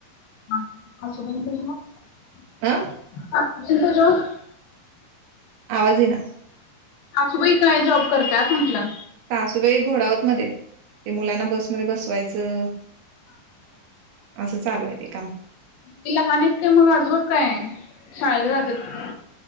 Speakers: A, on the left; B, on the right.
A: <unintelligible>
B: अ आवाज येईना
A: सासूबाई काय जॉब करतात म्हटलं
B: सासूबाई घोडावतमध्ये आहेत ते मुलांना बसमध्ये बसवायचं असं चालू आहे ते काम
A: ति लहान आहेत काय मग अजून काय आहे शाळेला जातात